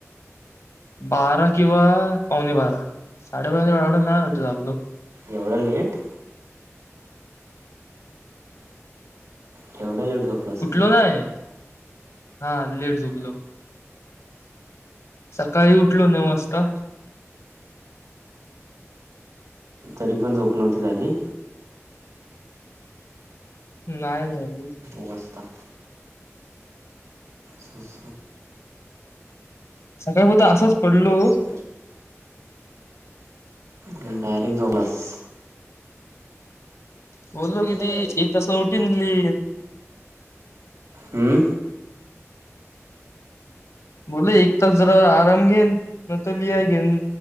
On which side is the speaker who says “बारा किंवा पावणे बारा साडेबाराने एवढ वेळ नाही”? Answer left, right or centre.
Left